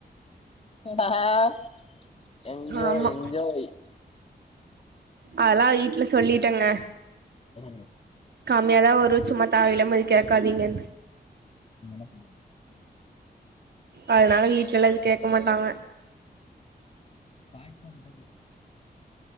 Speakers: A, on the left; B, on the right.
A: <unintelligible> எஞ்ஜாய்
B: ஆமா
A: எஞ்ஜாய்
B: அதெல்லா வீட்டுல சொல்லிட்டேங்க
A: உம்
B: கம்மியாதான் ஒரு சும்மா தேவையில்லாம எது கேக்காதீங்க
A: நீங்க என்ன சொன்னேங்க
B: அதனால வீட்டுல எல்லா எது கேட்க மாட்டாங்க
A: பாட் சவுண்ட் தான் கேக்குது